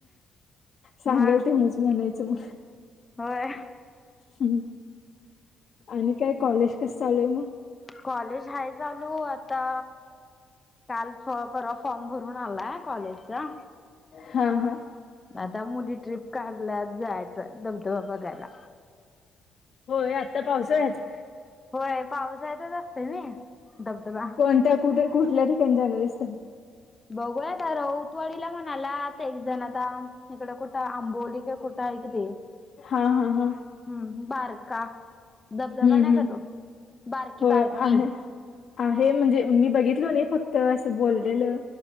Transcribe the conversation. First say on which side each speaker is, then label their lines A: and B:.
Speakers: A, on the left; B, on the left.
A: सांगाल
B: मग
A: ते हुं च म्हणायचं म
B: होय.
A: हम्म आणि काय कॉलेज कस चालू आहे मग?
B: कॉलेज हाय चालू आता काल परवा फॉर्म भरून आलाय कॉलेजचा.
A: हां हां.
B: आता मुली ट्रिप काढल्यात जायचं धबधबा बघायला.
A: होय आत्ता पावसाळ्यात?
B: होय पावसाळ्यातच असते मी धबधबा
A: कोणत्या कुठ कुठल्या ठिकाणी जाणार आहेसा?
B: बघूया आता राऊतवाडीला म्हणाल्यात एक जण आता इकड कुठं आंबोली कुठ आहे की ते हम्म
A: हा हा हा
B: बारका धबधबा
A: हम्म
B: नाही
A: हम्म
B: का तो बारकी
A: हो आहे
B: बारकी
A: आहे म्हणजे मी बघितलो नाही फक्त तर असं बोललेलं